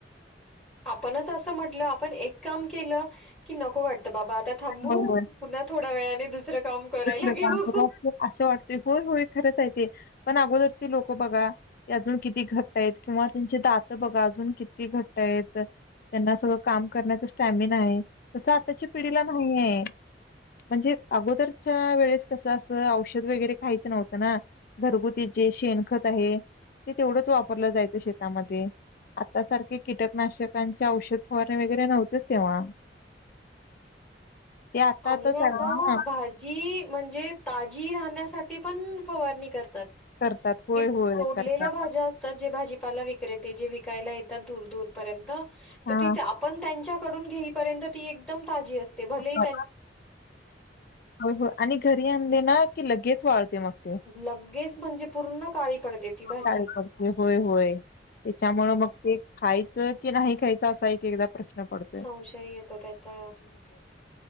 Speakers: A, in the centre; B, on the left (about 50°).
A: आपणच असं म्हटलं. आपण एक काम केलं की नको वाटतं बाबा आता थांबू
B: होय होय
A: पुन्हा थोड्या वेळाने दुसरं काम करायला
B: काम
A: घेऊ.
B: करू असं वाटत. होय-होय खरंच आहे ते. पण अगोदरचे लोक बघा. अजून किती घट्ट आहेत. किंवा त्यांचे दात बघा अजून किती घट्ट आहेत. त्यांना सगळं काम करण्याचा स्टॅमिना आहे. तसं आताच्या
A: हो.
B: पिढीला नाही आहे. म्हणजे अगोदरच्या वेळेस कसं असं औषध वगैरे खायचं नव्हतं ना घरगुतीच जे शेणखत आहे. ते तेवढंच वापरलं जायचं शेतामध्ये. आता सारखे कीटकनाशकांचे औषध फवारणे वगैरे नव्हतेच तेव्हा.
A: <unintelligible>
B: ते आता
A: आणि
B: चालू
A: आता.
B: ना
A: भाजी म्हणजे ताजी राहण्यासाठी पण फवारणी करतात.
B: करतात होय
A: की
B: होय
A: तोडलेल्या
B: करतात
A: भाज्या असतात ते भाजीपाला विकतात. विक्रेते. जे विकायला येतात. दूर-दूर पर्यंत तर
B: हा
A: ती. आपण त्यांच्या. कडून घेपर्यंत ती एकदम ताजी असते. भले ही.
B: होय. होय. आणि घरी आणले ना की लगेच वाळते मग.
A: लगेच म्हणजे पूर्ण काळी पडते ती भाजी.
B: काळी पडते. होय-होय त्याच्यामुळं
A: हो.
B: मग ते खायचं की नाही खायचं असा एकदा-एकदा प्रश्न पडतोय.
A: संशय येतो त्याचा.